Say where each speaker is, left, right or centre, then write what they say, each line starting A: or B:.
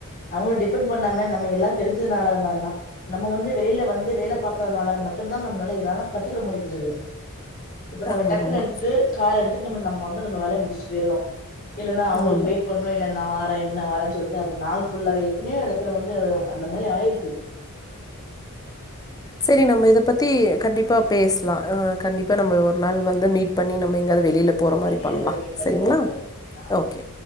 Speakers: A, on the left; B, on the left.
A: அவங்களுக்கு டிபெண்ட் பண்ணாம நம்ம எல்லாம் தெரிஞ்சதுனாலன்னா நம்ம வந்து வெளியில வந்து வேலை பாக்கறதுனால மட் நம்ம நாள <unintelligible> கத்துக்கிட முடிஞ்சது இப்ப நம்ம
B: ஆமா,
A: டக்குன்னு
B: ஆமா,
A: எடுத்துட்டு கார் எடுத்து நம்ம நம்ம வந்து நம்ம வேலைய முடிச்சு போயிறோம் இல்லன்னா அவங்களுக்கு
B: ஆமா.
A: வெயிட் பண்ணணு இல்லன்னா <unintelligible> ஆ என்ன வர சொல்லிட்டு அந்த நாள் ஃபுல்லாவே எத்தனையோ எடத்துல வந்து அது அந்த மாரி ஆயிருக்கு
B: சரி நம்ம இத பத்தி கண்டிப்பா பேசலாம் அஹ் கண்டிப்பா நம்ம ஒரு நாள் வந்து மீட் பண்ணி நம்ம எங்கயாவது வெளில போற
A: ஓகே
B: மாரி
A: நேர்ல
B: பண்ணலாம்
A: மீட் பண்ணி
B: சரிங்களா
A: ஓகே ஓகே ஆ
B: ஓகே